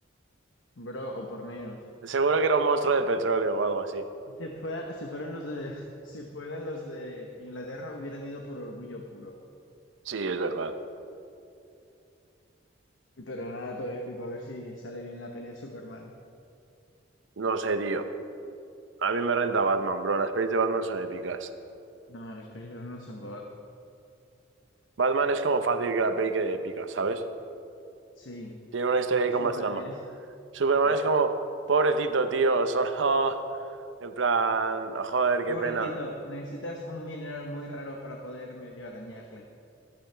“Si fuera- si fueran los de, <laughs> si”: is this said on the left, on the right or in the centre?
Left